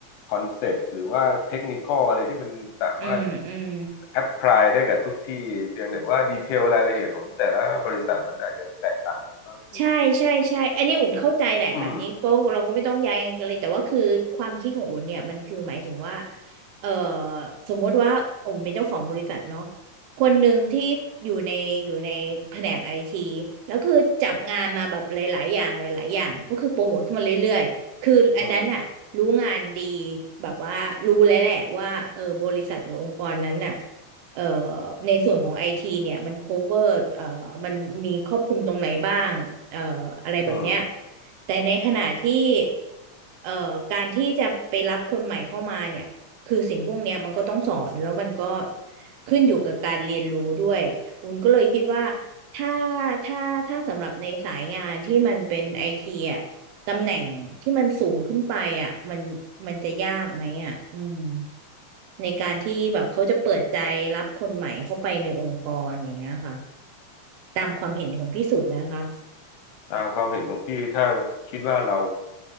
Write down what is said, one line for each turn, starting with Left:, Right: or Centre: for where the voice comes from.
Left: คอนเซปต์หรือว่าเทคนิคอลอะไรที่มันสามารถ
Right: อืมอืม
Left: แอพพลายได้กับทุกที่เพียงแต่ว่าดีเทลรายละเอียดของแต่ละบริษัทมันอาจจะแตกต่างกันบ้างซึ่ง
Right: ใช่ใช่ใช่ อันนี้อุ่นเข้าใจแหละแบบนี้ก็เราก็ไม่ต้องย้ายกันเลยแต่ว่าคือความคิดของอุ่นเนี่ยมันคือหมายถึงว่า
Left: อืม
Right: เอ่อสมมติว่าอุ่นเป็นเจ้าของบริษัทเนาะคนหนึ่งที่อยู่ในอยู่ในแผนกไอทีแล้วคือจับงานมาแบบหลายๆอย่างหลายๆอย่างก็คือโปรโมทขึ้นมาเรื่อยๆคืออันนั้นอะรู้งานดี
Left: อืม
Right: แบบว่ารู้แล้วแหละว่าเออบริษัทหรือองค์กรนั้นน่ะ เอ่อในส่วนของไอทีเนี่ยมัน cover เอ่อมันมีครอบคลุมตรงไหนบ้างเอ่ออะไรแบบเนี้ย
Left: อืม
Right: แต่ในขณะที่เอ่อการที่จะไปรับคนใหม่เข้ามาเนี่ยคือสิ่งพวกเนี้ยมันก็ต้องสอนแล้วมันก็ขึ้นอยู่กับการเรียนรู้ด้วยอุ่นก็เลยคิดว่าถ้าถ้าถ้าสำหรับในสายงานที่มันเป็นไอทีอ่ะ ตำแหน่งที่มันสูงขึ้นไปอ่ะมันมันจะยากไหมอ่ะอืมในการที่แบบเขาจะเปิดใจรับคนใหม่เข้าไปในองค์กรอย่างเงี้ยค่ะตามความเห็นของพี่สุดนะคะ
Left: ตามความเห็นของพี่ถ้าคิดว่าเรา